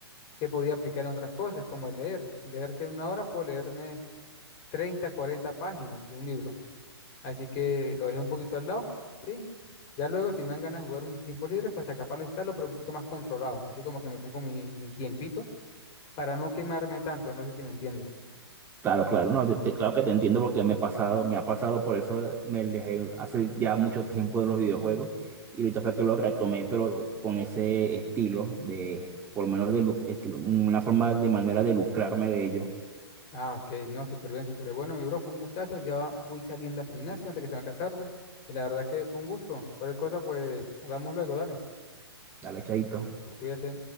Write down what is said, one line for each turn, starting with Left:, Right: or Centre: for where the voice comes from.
Left: que podía aplicar en otras cosas, como el leer. Leer que en una hora puedo leerme 30 40 páginas de un libro. Así que lo dejé un poquito al lado, ¿sí? Ya luego si me dan ganas de jugar en mis tiempos libres, pues hasta capaz lo instalo, pero un poquito más controlado, así como que me pongo mi, mi tiempito para no quemarme tanto, no sé si me entiendes.
Right: Claro, claro, no, yo te- claro que te entiendo porque me he pasado, me ha pasado, por eso me alejé hace ya mucho tiempo de los videojuegos y ahorita fue que lo retomé, pero con ese estilo de, por lo menos de, lu- este, una forma de manera de lucrarme de ello.
Left: Ah, ok, no, súper bien, súper bien. Bueno, mi bro, fue un gustazo. Ya voy saliendo al gimnasio antes que se me haga tarde. Y la verdad que fue un gusto. Cualquier cosa, pues hablamos luego, dale.
Right: Dale, chadito.
Left: Cuídese.